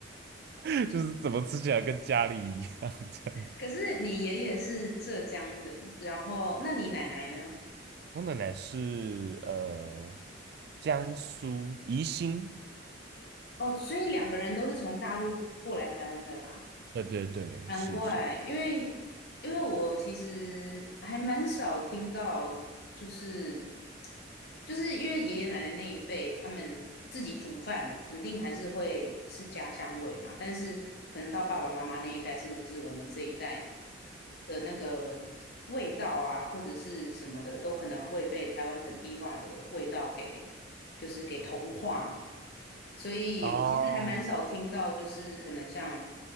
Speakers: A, on the right; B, on the left.
A: <laughs> 就是怎么吃起来跟家里一样这样。
B: 可是你爷爷是浙江人，然后那你奶奶呢？
A: 我奶奶是呃江苏宜兴，
B: 哦，所以两个人都是从大陆过来台湾的啦，
A: 对对对，
B: 难怪，
A: 是是。
B: 因为因为我其实还蛮少听到就是就是因为爷爷奶奶那一辈，他们自己煮饭肯定还是会是家乡味嘛，但是可能到爸爸妈妈那一代，甚至是我们这一代的那个味道啊，或者是什么的，都可能会被台湾本地化的味道给就是给同化。所以我其实还蛮少听到，
A: 哦，
B: 就是可能像